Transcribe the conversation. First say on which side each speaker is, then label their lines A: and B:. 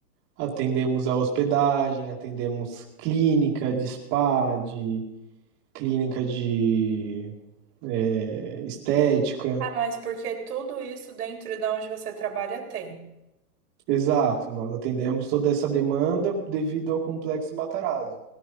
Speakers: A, on the right; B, on the right.
A: atendemos a hospedagem, atendemos clínica de spa, de clínica de é, estética.
B: Ah, mas porque tudo isso dentro de onde você trabalha tem.
A: Exato, nós atendemos toda essa demanda devido ao Complexo Matarazzo.